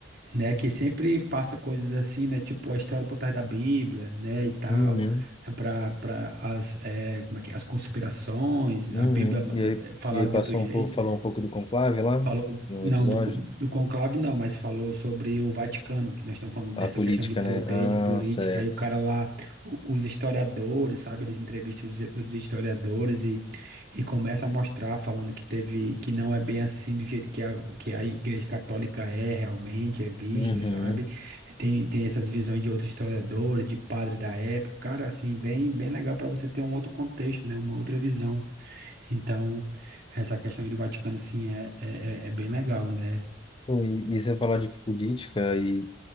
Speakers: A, on the right; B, on the left.
A: né? Que sempre passa coisas assim, né? Tipo a história por trás da Bíblia, né? E tal,
B: Uhum.
A: para para as, eh, como é que, é? as conspirações,
B: Uhum.
A: a Bíblia
B: E aí,
A: eh, falada
B: e aí passou
A: de outro jeito.
B: um pouco, falou um pouco do conclave lá
A: Falou,
B: no
A: não,
B: episódio.
A: do, do conclave não, mas falou sobre o Vaticano, que nós estamos falando dessa
B: A política,
A: questão de poder,
B: né? Ah,
A: de política,
B: certo.
A: aí o cara lá, o- os historiadores, sabe, eles entrevistam os, os historiadores e, e começa a mostrar, falando que teve, que não é bem assim do jeito que a, que a Igreja Católica é realmente, é vista,
B: Uhum.
A: sabe, tem, tem essas visões de outros historiadores, de padre da época, cara, assim, bem, bem legal para você ter um outro contexto, né, uma outra visão. Então, essa questão aí do Vaticano, assim, é, é, é é bem legal, né?
B: Pô, E, e você falar de política e